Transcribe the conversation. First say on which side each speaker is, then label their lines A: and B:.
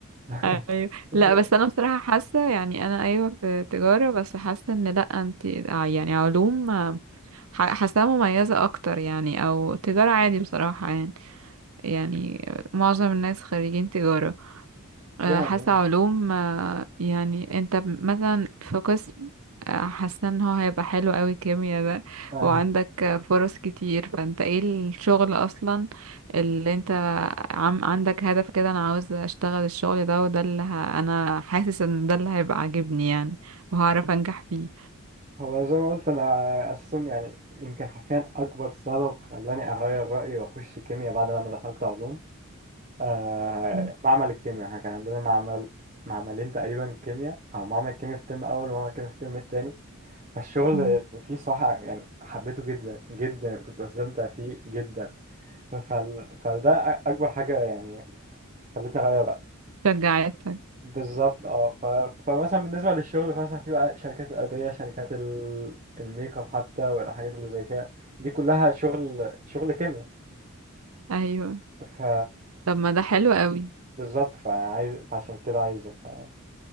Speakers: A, on the right; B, on the right.
A: <laughs>
B: ايوه
A: بس
B: لا بس انا بصراحة حاسة يعني انا ايوه في تجارة بس حاسة ان لا انت يعني علوم ح- حاساها مميزة اكتر يعني او تجارة عادي بصراحة يعني. يعني معظم الناس خريجين تجارة آه،
A: يعني
B: حاسة علوم آه، يعني انت ب- مثلا في قسم آه، حاسة ان هو هيبقى حلو قوي كيميا ده
A: آه،
B: وعندك آه، فرص كتير فانت ايه الشغل اصلا اللي انت عم عندك هدف كده انا عاوز اشتغل الشغل ده وده اللي ه... انا حاسس ان ده اللي هيبقى عاجبني يعني وهعرف انجح فيه
A: هو زي ما قلت انا اساسا يعني يمكن حرفيا اكبر سبب خلاني اغير رايي واخش كيمياء بعد ما انا دخلت علوم آه
B: م-
A: معمل الكيمياء احنا كان عندنا معمل معملين تقريبا كيمياء او معمل كيمياء في الترم الاول ومعمل كيمياء في الترم الثاني فالشغل
B: م.
A: اللي فيه صحة يعني حبيته جدا جدا كنت بستمتع فيه جدا فال... فده أ- أكبر حاجة يعني خلتني أغير رأيي
B: شجعتك
A: بالظبط اه ف... فمثلا بالنسبة للشغل فمثلا في بقى شركات الأدوية شركات ال... الميك اب حتى والحاجات اللي زي كده دي كلها شغل شغل كيمياء
B: ايوه
A: ف
B: طب ما ده حلو قوي
A: بالظبط فعايز عشان كده عايز أبقى